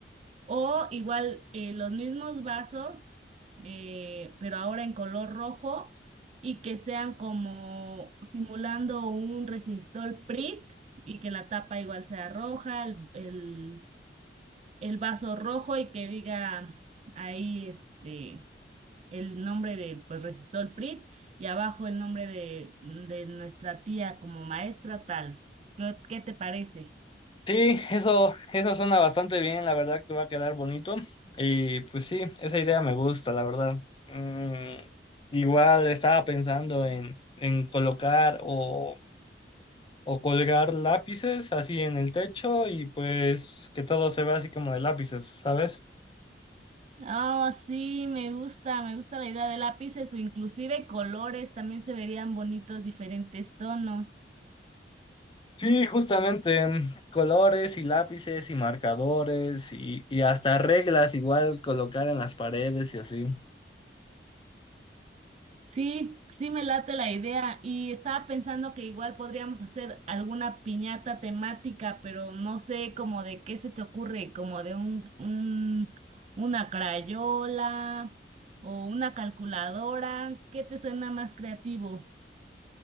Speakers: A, on the right; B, on the left.
A: O igual eh, los mismos vasos, eh, pero ahora en color rojo y que sean como simulando un resistor PRIT y que la tapa igual sea roja, el, el- el vaso rojo y que diga ahí este el nombre de pues resistor PRIT y abajo el nombre de, de nuestra tía como maestra tal. ¿Qué, qué te parece?
B: Sí, eso, eso suena bastante bien, la verdad que va a quedar bonito. Y pues sí, esa idea me gusta, la verdad. Mm, igual estaba pensando en, en colocar o, o colgar lápices así en el techo y pues que todo se vea así como de lápices, ¿sabes?
A: Oh, sí, me gusta, me gusta la idea de lápices o inclusive colores, también se verían bonitos diferentes tonos.
B: Sí, justamente, mm, colores y lápices y marcadores y, y hasta reglas igual colocar en las paredes y así.
A: Sí, sí me late la idea y estaba pensando que igual podríamos hacer alguna piñata temática, pero no sé como de qué se te ocurre, como de un, un, una crayola o una calculadora, ¿qué te suena más creativo?